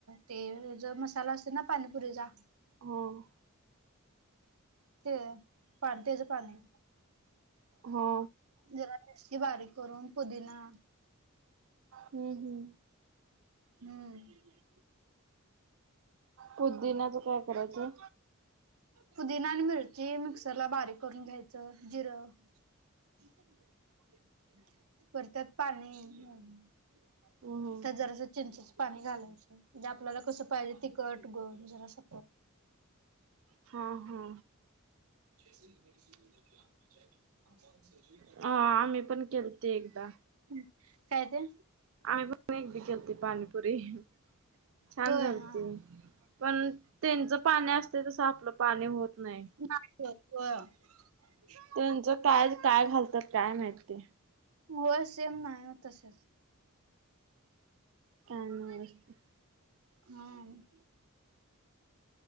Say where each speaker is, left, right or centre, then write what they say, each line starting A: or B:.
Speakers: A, on the right (about 85°); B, on the right (about 65°).
A: ते ज मसाला असतो णा पाणीपुरीचा
B: हं.
A: ते पाणी तेज पाणी.
B: हा.
A: जरा मिरची बारीक करून, पुदिना
B: हम् हम्म
A: हम्म
B: पुद्दिण्याचं काय करायचं?
A: पुदीना आणि मिरची, मिक्सर ला बारीक करून घ्यायचं. जिरं <inaudible> <inaudible> परत त्यात पाणी <inaudible>
B: हम्म
A: त्यात जरासं चिंचेचं पाणी घालायचं. म्हणजे आपल्याला कसं पाहिजे तिखट गोड जरासं
B: <inaudible> हा हा
A: <inaudible>
B: अं आम्ही पण केलते एकदा.
A: हम् काय ते?
B: आम्ही पण एकदी केलती पाणीपुरी. <inaudible> छान
A: होय
B: झालती.
A: हा हा
B: पण त्यांच पाणी असतंय, तसं आपलं पाणी होत नाही.
A: नाही होत. हो. <inaudible>
B: त्यांचं काय काय घालता काय माहित ते?
A: होय सेम नाही ओ तसेच. <inaudible> <inaudible>
B: काय नाही असते
A: हम्म. <inaudible>